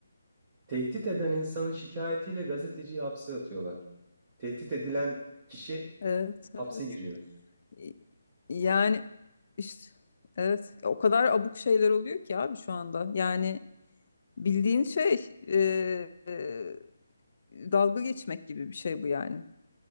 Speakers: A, on the right; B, on the left.
A: Tehdit eden insanın şikayetiyle gazeteciyi hapse atıyorlar. Tehdit edilen kişi
B: Evet,
A: hapse
B: evet.
A: giriyor.
B: Y- Yani işte evet o kadar abuk şeyler oluyor ki abi şu anda. Yani bildiğin şey e, e, dalga geçmek gibi bir şey bu yani.